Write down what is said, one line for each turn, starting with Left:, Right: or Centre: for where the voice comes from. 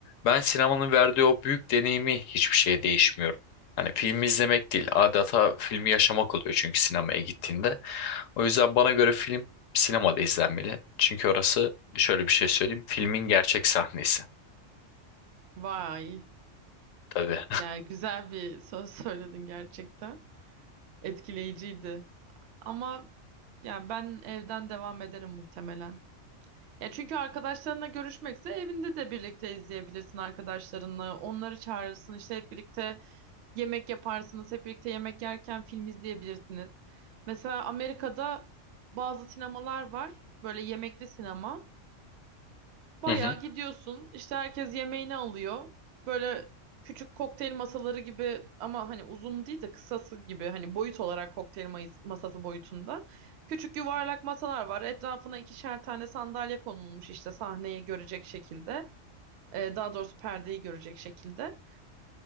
Left: ben sinemanın verdiği o büyük deneyimi hiçbir şeye değişmiyorum. Hani filmi izlemek değil, adeta filmi yaşamak oluyor çünkü sinemaya gittiğinde. O yüzden bana göre film sinemada izlenmeli. Çünkü orası şöyle bir şey söyleyeyim, filmin gerçek sahnesi
Right: Vay.
Left: tabii.
Right: Yani güzel bir söz <laughs> söyledin gerçekten. Etkileyiciydi. Ama yani ben evden devam ederim muhtemelen. Ya çünkü arkadaşlarınla görüşmekse evinde de birlikte izleyebilirsin arkadaşlarınla. Onları çağırırsın işte hep birlikte Yemek yaparsınız, hep birlikte yemek yerken film izleyebilirsiniz. Mesela Amerika'da bazı sinemalar var, böyle yemekli sinema. Bayağı
Left: <laughs> Hı hı.
Right: gidiyorsun, işte herkes yemeğini alıyor. Böyle küçük kokteyl masaları gibi ama hani uzun değil de kısası gibi hani boyut olarak kokteyl mayıs- masası boyutunda. Küçük yuvarlak masalar var. Etrafına ikişer tane sandalye konulmuş işte sahneyi görecek şekilde. Ee, daha doğrusu perdeyi görecek şekilde.